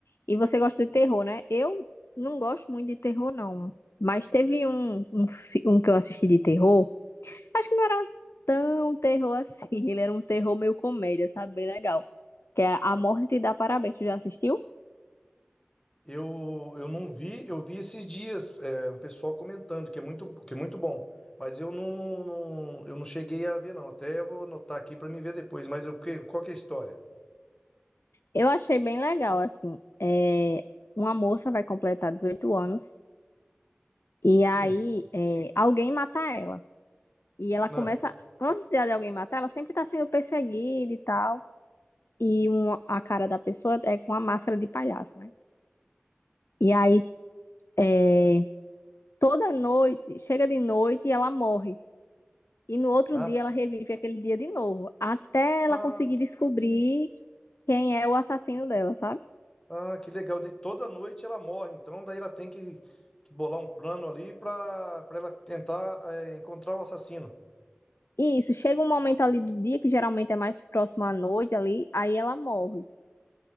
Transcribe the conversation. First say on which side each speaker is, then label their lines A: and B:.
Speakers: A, on the left; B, on the left.
A: E você gosta de terror, né? Eu não gosto muito de terror, não. Mas teve um, um, fi- um que eu assisti de terror. Acho que não era tão terror assim. <laughs> Ele era um terror meio comédia, sabe? Bem legal. Que é A Morte Te Dá Parabéns. Tu já assistiu?
B: Eu, eu não vi, eu vi esses dias, é, um pessoal comentando que é muito, que é muito bom. Mas eu não, não- não- eu não cheguei a ver, não. Até vou anotar aqui para me ver depois. Mas eu, que- qual que é a história?
A: Eu achei bem legal, assim. É, uma moça vai completar 18 anos. E aí,
B: Sim.
A: é, alguém mata ela. E ela começa.
B: Ah,
A: Antes de alguém matar, ela sempre tá sendo perseguida e tal. e um, a cara da pessoa é com a máscara de palhaço, né? E aí, é, toda noite, chega de noite e ela morre. E no outro
B: ah,
A: dia ela revive aquele dia de novo, até ela conseguir
B: ah,
A: descobrir quem é o assassino dela, sabe?
B: Ah, que legal. De toda noite ela morre, então daí ela tem que, que bolar um plano ali pra para ela tentar eh, encontrar o assassino.
A: E isso, chega um momento ali do dia, que geralmente é mais próximo à noite ali, aí ela morre.